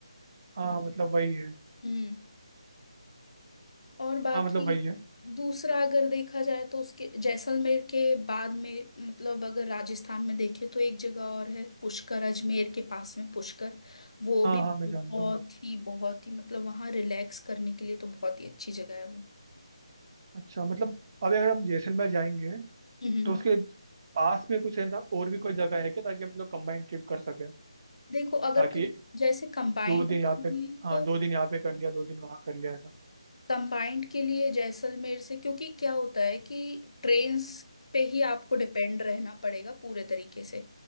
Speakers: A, on the right (about 40°); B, on the left (about 70°).
A: हाँ मतलब वही है
B: हम्म और बाकी
A: हाँ मतलब वही है
B: दूसरा अगर देखा जाए तो उसके जैसलमेर के बाद में मतलब अगर राजस्थान में देखे तो एक जगह और है पुष्कर अजमेर के पास में पुष्कर वो
A: हाँ
B: भी
A: हाँ मैं
B: बहुत
A: जानता हूँ
B: ही बहुत ही मतलब वहाँ रिलैक्स करने के लिए तो बहुत ही अच्छी जगह है वो
A: अच्छा मतलब अभी अगर हम जैसलमेर जाएंगे
B: हम्म
A: तो उसके पास में कुछ है ना और भी कोई जगह है क्या ताकि हम लोग कंबाइंड ट्रिप कर सके
B: देखो अगर
A: ताकि
B: कम, जैसे कंबाइंड
A: दो दिन
B: की
A: यहाँ
B: हुई
A: पे हाँ
B: तो
A: दो दिन यहाँ पे कर लिया दो दिन वहाँ कर लिया ऐसा
B: कंबाइंड के लिए जैसलमेर से क्योंकि क्या होता है कि ट्रेन्स पे ही आपको डिपेंड रहना पड़ेगा पूरे तरीके से